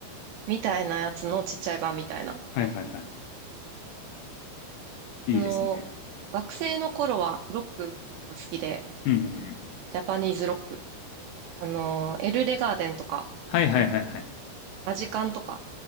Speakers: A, on the right (about 80°); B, on the left (about 80°).
A: みたいなやつのちっちゃい版みたいな。
B: はいはいはい。
A: その、
B: いいですね。
A: 学生の頃はロックが好きで、
B: うんうんうん。
A: ジャパニーズロック。あの、エルレガーデンとか、
B: はいはいはいはい。
A: ラジカンとか、